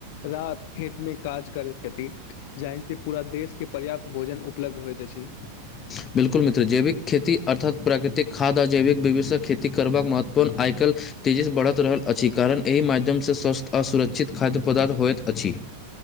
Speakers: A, on the left (about 50°); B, on the left (about 25°).
A: राति खेत मे काज करै छथि। जहि से पूरा देश के पर्याप्त भोजन उपलब्ध होइत अछि।
B: <inaudible> बिल्कुल मित्र, जैविक खेती अर्थात प्राकृतिक खाद्य आ जैविक विधिसँ खेती करबाक महत्वपूर्ण आइ काल्हि तेजीसँ बढ़त रहल अछि कारण एहि माध्यमसँ स्वस्थ आ सुरक्षित खाद्य पदार्थ होइत अछि।